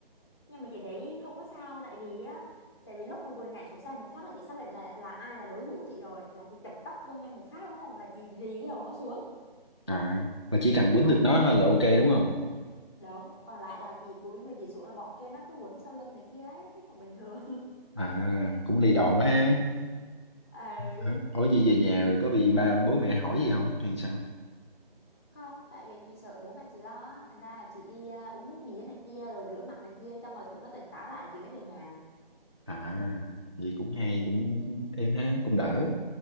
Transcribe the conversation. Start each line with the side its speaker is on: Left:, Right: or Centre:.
Left: nhưng mà chị thấy không có sao tại vì á tại vì lúc mà vừa nhảy xuống xe một phát là chị xác định là là ai là đối thủ của chị rồi là chị chập tóc con Nhung một phát đúng không là chị rì cái đầu nó xuống
Right: À, là chỉ cần quýnh
Left: ờ
Right: được nó thôi là ok đúng không?
Left: đúng còn lại là chị cúi người chị xuống là bọn kia nó cứ quấn sau lưng này kia ấy thấy còn bình thường
Right: À, cũng lì đòn quá ha.
Left: <laughs> ừ
Right: Hả? Ủa gì về nhà rồi có bị ba bố mẹ hỏi gì không hay sao?
Left: Không, tại vì chị sợ bố mẹ chị lo, á, thành ra là chị đi à, uống nước mía này kia rồi rửa mặt này kia cho mọi thứ nó tỉnh táo lại rồi chị mới về nhà.
Right: À, vậy cũng hay, cũng em ha, cũng đỡ.